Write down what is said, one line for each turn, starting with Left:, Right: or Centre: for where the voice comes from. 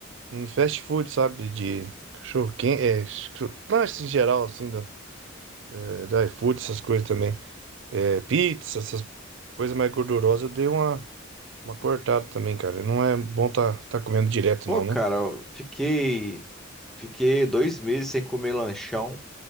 Right: em fast food, sabe? De cachorro quente, é, cachorro- lanches em geral, assim, do, é, do iFood, essas coisas também. É, pizza, essas coisas mais gordurosas, eu dei uma, uma cortada também, cara. Não é bom tá, tá comendo direto,
Centre: Pô,
Right: não,
Centre: cara,
Right: né?
Centre: eu fiquei, fiquei dois meses sem comer lanchão.